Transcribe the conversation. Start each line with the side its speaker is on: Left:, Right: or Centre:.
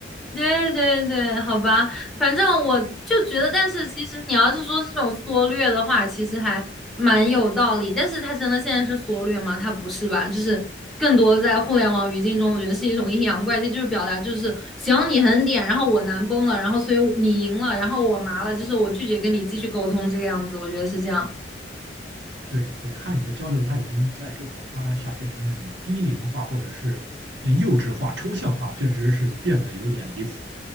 Centre: 对对对，好吧，反正我就觉得，但是其实你要是说是这种缩略的话，其实还蛮有道理。但是它真的现在是缩略吗？它不是吧？就是更多在互联网语境中，我觉得是一种阴阳怪气，就是表达就是行你很点，然后我难崩了，然后所以你赢了，然后我麻了，就是我拒绝跟你继续沟通这个样子，我觉得是这样。
Right: 对对，汉语的交流它已经在这种文化下变成那种低龄化或者是嗯幼稚化、抽象化，确实是变得有点离谱。